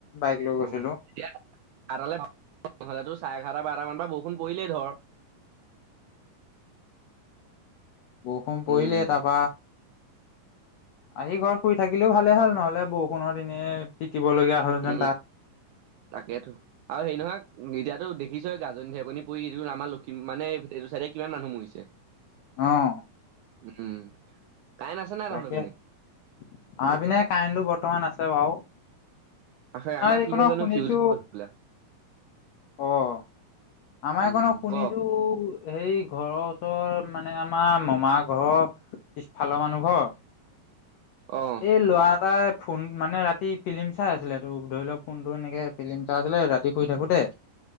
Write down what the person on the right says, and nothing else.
অ',
এতিয়া <unintelligible> চাৰে এঘাৰটা বাৰটা মানৰ পৰা বৰষুণ পৰিলেই ধৰ।
উম,
উম,
তাকেতো। আৰু সেই নহয়, এতিয়াতো দেখিছই গাজনি ঢেকনি পৰি যে আমাৰ লখিম মানে এইটো চাইডে কিমান মানুহ মৰিছে।
উম। কাৰেণ্ট আছে নাই
তহঁতৰ পিনে?
আছে, আমাৰ
কি হ'ল জানো
ফিউজ গ'ল <unintelligible>
উম,
ক
অ',